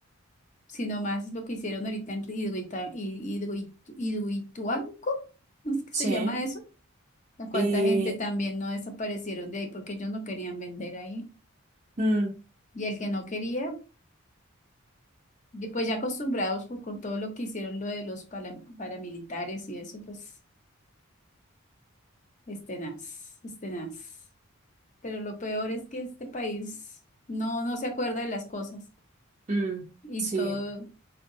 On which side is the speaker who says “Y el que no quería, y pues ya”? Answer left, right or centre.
Left